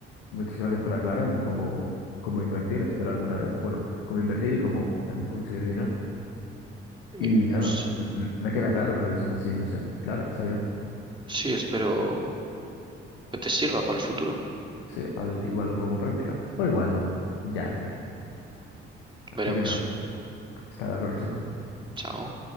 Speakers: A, on the left; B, on the right.
A: muchas gracias por aclararme cómo, cómo invertir, espero alguna vez, bueno, cómo invertir y cómo también conseguir dinero.
B: Eh,
A: Y nada,
B: s-
A: m- m- me queda clara una visión así, no sé, clara, está bien.
B: sí, espero que te sirva para el futuro.
A: Sí, al- igual lo pongo en práctica, o igual no, ya veré. Así
B: Veremos.
A: que nada, hasta la próxima.
B: Chao.